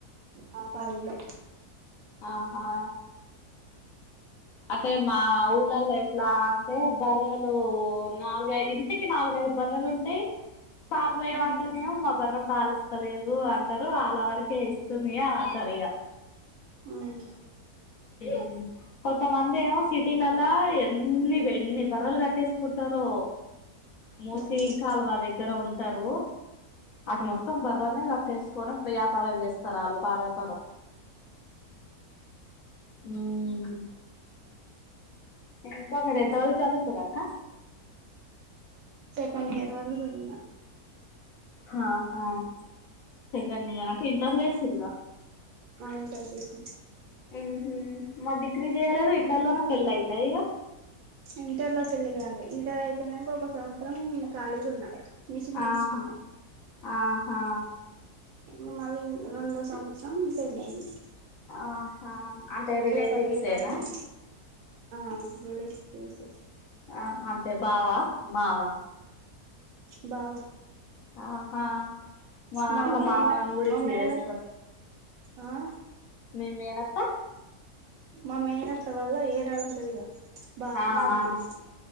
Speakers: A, on the right; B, on the left.
A: ఆ పది వున్నయ్
B: ఆహా అంటే మా ఊళ్ళల్లో ఎట్లా అంటే బర్రలు నాలుఐదు ఇంటికి నాలుగైదు బర్రలు ఉంటాయి పాల్ పోయమంటనెమో
A: అవునా
B: మా బర పాలిస్తలేదు అంటారు అలా వరకే ఇస్ సునయా రాసారు ఇగ
A: ఉమ్
B: ఊ కొంతమంది ఏమో సిటీలలా ఎన్ని ఎన్ని బర్రలు కట్టేసుకుంటరో మూసి
A: ఉమ్
B: కాల్వా దగ్గర ఉంటారు అటు మొత్తం బర్రనే కట్టేసుకొని వ్యాపారం చేస్తారు వాళ్లు పాల వ్యాపారం ఊ ఇంకా మీరెంత వరకు చదుకురు అక్క
A: కానీ ఎరు <unintelligible> దిన
B: ఆహా సెకండ్ ఇయర్ అంటే ఇంటర్ ఏసిరగ ఇగ
A: అంత జెగ్గు
B: ఊహు మరి డిగ్రీ చేయలేద ఇంటర్లోనే పెళ్లయిందా ఇక
A: ఇంటర్ లో పెళ్లి కాలే ఇంటర్ అయిపోయినాక ఒక సంవత్సరం ఖాళిగా ఉన్నా మిషన్ నేర్చుకున్నా
B: ఆహా ఆహా
A: ఈ మళ్ళీ ఇంగ రెండో సంవత్సరం పెళ్లి ఐంది
B: ఆహా అంటే రిలేటివ్స్
A: పదిహేడులో
B: ఏనా
A: అయింది ఆ రివర్స్ కుసో
B: ఆ అంతె బావా మావా
A: బావ
B: ఆహా దాంట్లో
A: మా మేన
B: మావలని కూడా
A: మా
B: ఇచ్చి
A: మేన
B: చేస్తారు
A: ఆ
B: <unintelligible> మేనత్త
A: మా మేహనత వల్ల <unintelligible> బమర్ది
B: ఆ ఆ